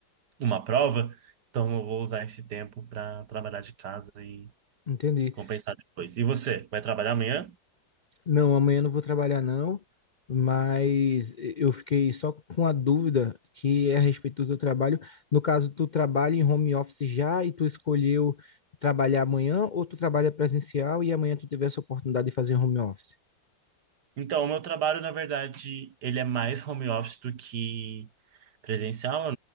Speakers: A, on the right (about 65°); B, on the left (about 70°).
A: uma prova. Então, eu vou usar esse tempo para trabalhar de casa e
B: entendi.
A: compensar depois. E você, vai trabalhar amanhã?
B: Não, amanhã não vou trabalhar não, mas eu fiquei só com a dúvida que é a respeito do teu trabalho. No caso, tu trabalha em home office já e tu escolheu trabalhar amanhã ou tu trabalha presencial e amanhã tu teve essa oportunidade de fazer home office?
A: Então, o meu trabalho, na verdade, ele é mais home office do que presencial,